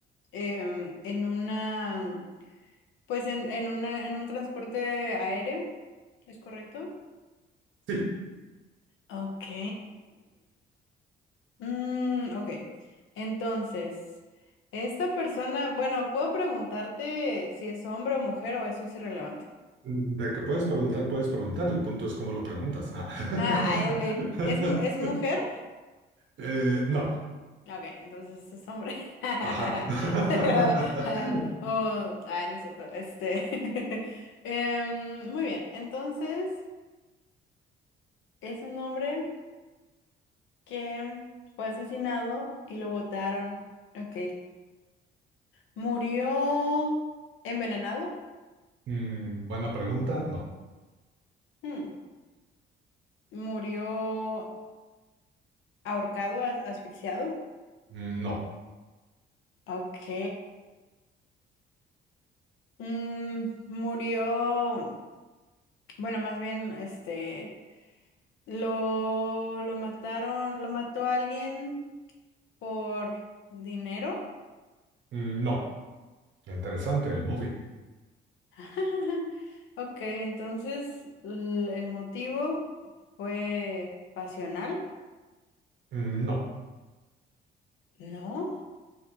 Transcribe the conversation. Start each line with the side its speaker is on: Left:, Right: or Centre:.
Left: em, en una Pues en, en una, en un transporte aéreo, ¿es correcto?
Right: Sí,
Left: Ok. Mm, ok. Entonces, esta persona, bueno, puedo preguntarte si es hombre o mujer o eso es irrelevante.
Right: de que puedes preguntar, puedes preguntar. El punto es cómo lo preguntas. Ah. <laughs>
Left: Ah, ay, ok. ¿Es, mu- es mujer?
Right: Eh, no.
Left: Ok, entonces es hombre. <laughs>
Right: Ajá. <laughs>
Left: Ah, Oh, ah, no es cierto. Este. <laughs> em, muy bien. Entonces, ¿es un hombre? que fue asesinado y lo botaron. Ok. Murió envenenado.
Right: Mm, buena pregunta. No.
Left: Hmm. Murió ahorcado, as- asfixiado.
Right: No.
Left: Ok. Mm, murió, bueno, más bien, este, lo, lo mataron, lo mató alguien por dinero.
Right: Mm, No. Interesante, el móvil.
Left: <laughs> Ok, entonces l- el motivo fue pasional,
Right: Mm, No,
Left: ¿no?